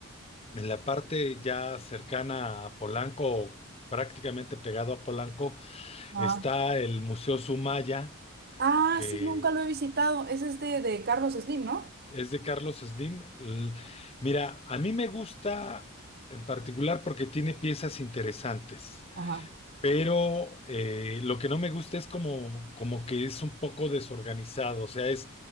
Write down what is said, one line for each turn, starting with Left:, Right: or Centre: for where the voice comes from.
Left: en la parte ya cercana a Polanco, o prácticamente pegado a Polanco,
Right: Ah.
Left: está el Museo Sumaya,
Right: Ah,
Left: que
Right: sí, nunca lo he visitado. Es este de Carlos Slim, ¿no?
Left: es de Carlos Slim. L- Mira, a mí me gusta en particular porque tiene piezas interesantes.
Right: Ajá.
Left: pero eh, lo que no me gusta es como, como que es un poco desorganizado, o sea, es